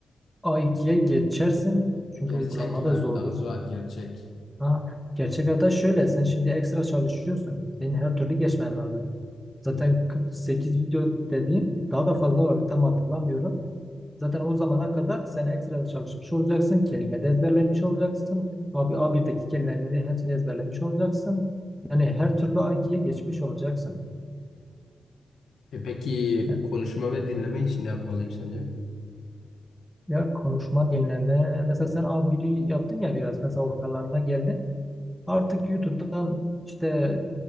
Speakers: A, in the centre; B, on the left (about 70°).
A: A2'ye geçersin. Çünkü
B: Gerçek
A: uygulamada
B: hayatta
A: zordur.
B: Zuhal gerçek.
A: Ha, gerçek hata şöyle. Sen şimdi ekstra çalışıyorsun. Senin her türlü geçmen lazım. Zaten 48 video dediğim daha da fazla olabilir. Tam hatırlamıyorum. Zaten o zamana kadar sen ekstra çalışmış olacaksın. Kelime de ezberlemiş olacaksın. Abi A1'deki kelimeleri hepsini ezberlemiş olacaksın. Yani her türlü A2'ye geçmiş olacaksın.
B: E peki
A: Evet.
B: konuşma ve dinleme için ne yapmalıyım sence?
A: Ya konuşma, dinleme. Mesela sen A1'i yaptın ya biraz. Mesela ortalarına geldin. Artık YouTube'dan işte